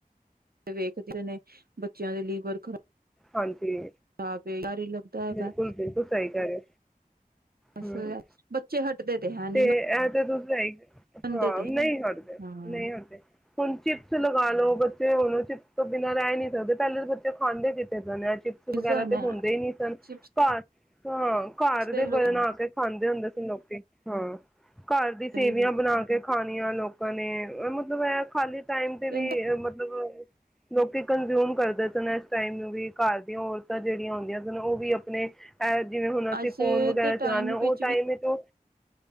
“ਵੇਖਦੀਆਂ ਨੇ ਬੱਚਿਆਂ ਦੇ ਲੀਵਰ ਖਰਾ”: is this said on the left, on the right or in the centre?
Right